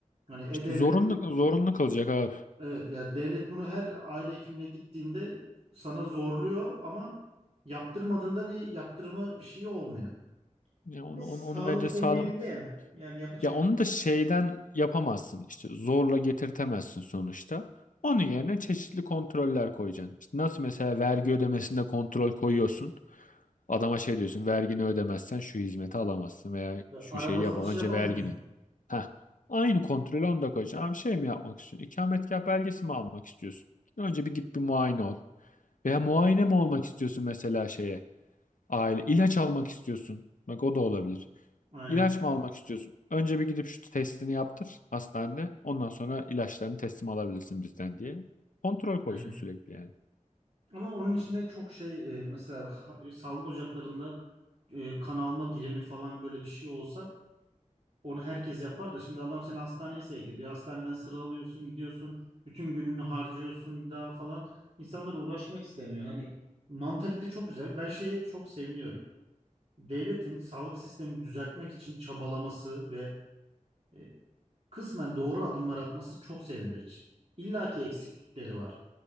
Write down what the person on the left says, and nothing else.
İşte zorunlu zorunlu kalacak abi.
Ya onu,
onu onu bence
sağlam.
Ya onu da şeyden yapamazsın. İşte zorla getirtemezsin sonuçta. Onun yerine çeşitli kontroller koyacaksın. İşte nasıl mesela vergi ödemesinde kontrol koyuyorsun. Adama şey diyorsun, vergini ödemezsen şu hizmeti alamazsın veya
şu
şeyi yap.
Önce
vergini. Ha, aynı kontrolü onu da koyacaksın. Abi şey mi yapmak istiyorsun? İkametgah belgesi mi almak istiyorsun? Önce bir git bir muayene ol. Veya muayene mi olmak istiyorsun mesela şeye? Aile ilaç almak istiyorsun. Bak o da olabilir.
İlaç mı almak istiyorsun? Önce bir gidip şu testini yaptır hastanede. Ondan sonra ilaçlarını teslim alabilirsin bizden diye. Kontrol koysun
sürekli yani.